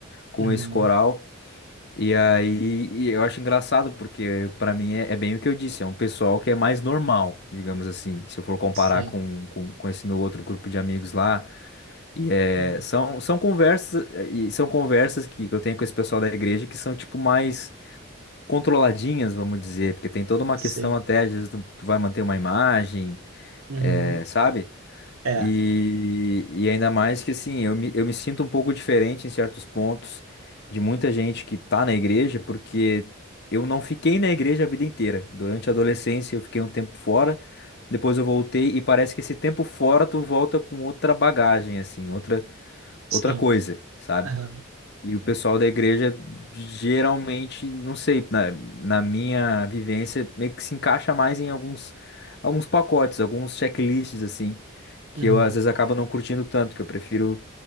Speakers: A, on the left; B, on the right.
A: com
B: uhum.
A: esse coral. E aí, e eu acho engraçado, porque pra mim é, é bem o que eu disse, é um pessoal que é mais normal, digamos assim, se eu for comparar
B: Sim.
A: com, com, com esse meu outro grupo de amigos lá. E é,
B: Uhum,
A: são, são conversas, eh, e são conversas que eu tenho com esse pessoal da igreja que são, tipo, mais controladinhas, vamos dizer, porque tem toda uma
B: Sim.
A: questão até, às vezes tu tu vai manter uma imagem,
B: Uhum.
A: eh, sabe?
B: É,
A: E, e ainda mais que assim, eu me, eu me sinto um pouco diferente em certos pontos de muita gente que tá na igreja, porque eu não fiquei na igreja a vida inteira. Durante a adolescência eu fiquei um tempo fora, depois eu voltei e parece que esse tempo fora tu volta com outra bagagem, assim, outra,
B: sim.
A: outra coisa, sabe?
B: Aham.
A: E o pessoal da igreja geralmente, não sei, na, na minha vivência, meio que se encaixa mais em alguns, alguns pacotes, alguns checklists, assim que
B: Uhum.
A: eu às vezes acabo não curtindo tanto, que eu prefiro